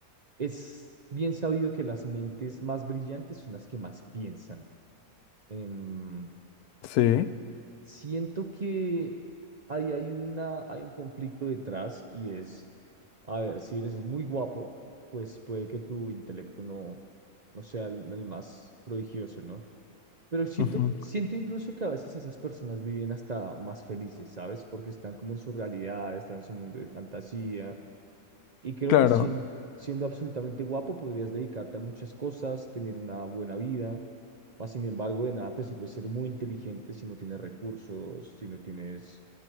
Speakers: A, on the right; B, on the left.
A: es bien sabido que las mentes más brillantes son las que más piensan. Em,
B: Sí,
A: siento que ahí hay una, hay un conflicto detrás y es, a ver, si eres muy guapo, pues puede que tu intelecto no, no sea el, el más prodigioso, ¿no? Pero siento,
B: ujú,
A: siento incluso que a veces esas personas viven hasta más felices, ¿sabes? Porque están como en su realidad, están en su mundo de fantasía. Y creo
B: Claro.
A: que sien- siendo absolutamente guapo podrías dedicarte a muchas cosas, tener una buena vida. Mas, sin embargo, de nada te sirve ser muy inteligente si no tienes recursos, si no tienes